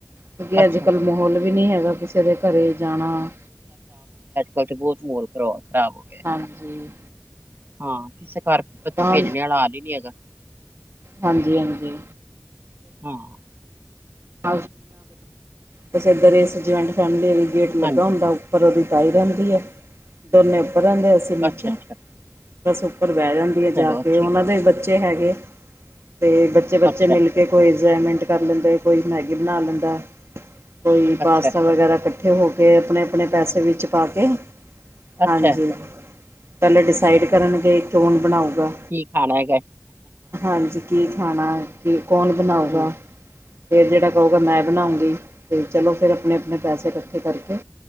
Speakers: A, on the right (about 85°); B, on the right (about 55°).
A: ਕਿਉਂਕਿ
B: ਅੱਛਾ
A: ਅੱਜ-ਕੱਲ ਮਾਹੌਲ ਵੀ ਨੀਂ ਹੈਗਾ, ਕਿਸੇ ਦੇ ਘਰੇ ਜਾਣਾ।
B: ਬਾਕੀ ਬੋਤ ਮੋਲ ਖਰਾਬ ਹੋ ਗਯਾ।
A: ਹਾਂਜੀ
B: ਹਾਂ, ਤੇ ਕਿਸੇ ਘਰ ਬੱਚੇ
A: ਤਾਂ
B: ਭੇਜਣ ਵਾਲਾ ਹਾਲ ਨੀ ਹੈਗਾ।
A: ਹਾਂਜੀ-ਹਾਂਜੀ।
B: ਹਾਂ।
A: <unintelligible> ਬਸ ਏਧਰ ਇਸ ਜੁਆਇੰਟ ਫੈਮਲੀ ਗੇਟ ਲੱਗਾ
B: ਹਾਂਜੀ,
A: ਹੁੰਦਾ। ਉੱਪਰ ਓਦੀ ਤਾਈ ਰੈਂਦੀ ਐ, ਦੋਨੇ ਉਪਰ ਰੈਂਦੇ ਅਸੀਂ ਨੀਚੇ।
B: ਅੱਛਾ-ਅੱਛਾ,
A: ਬਸ ਉੱਪਰ ਬਹਿ ਜਾਂਦੀ ਐ
B: ਚਲੋ
A: ਜਾ
B: ਅੱਛੀ
A: ਕੇ, ਓਨਾਂ
B: ਗੱਲ
A: ਦੇ ਬੱਚੇ ਹੈਗੇ ਤੇ ਬੱਚੇ-ਬੱਚੇ
B: ਅੱਛਾ,
A: ਮਿਲ ਕੇ ਕੋਈ ਇੰਜੋਏਮੈਂਟ ਕਰ ਲੈਂਦੇ, ਕੋਈ ਮੈਗੀ ਬਨਾ ਲੈਂਦਾ ਕੋਈ
B: ਅੱਛਾ,
A: ਪਾਸਤਾ ਵਗੈਰਾ, ਕੱਠੇ ਹੋਕੇ ਅਪਨੇ-ਅਪਨੇ ਪੈਸੇ ਵਿੱਚ ਪਾਕੇ।
B: ਅੱਛਾ,
A: ਹਾਂਜੀ। ਪੈਲੇ ਡਿਸਾਈਡ ਕਰਨਗੇ ਕੌਣ ਬਣਾਊਗਾ,
B: ਕੀ ਖਾਣਾ ਹੈਗਾ
A: ਹਾਂਜੀ। ਕੀ ਖਾਣਾ ਏਥੇ ਕੌਣ ਬਣਾਊਗਾ?
B: ਹੂੰ,
A: ਫੇਰ ਜੇੜਾ ਕਉਗਾ ਮੈਂ ਬਣਾਉਂਗੀ, ਤੇ ਚਲੋ ਫੇਰ ਅਪਨੇ-ਅਪਨੇ ਪੈਸੇ ਕੱਠੇ ਕਰਕੇ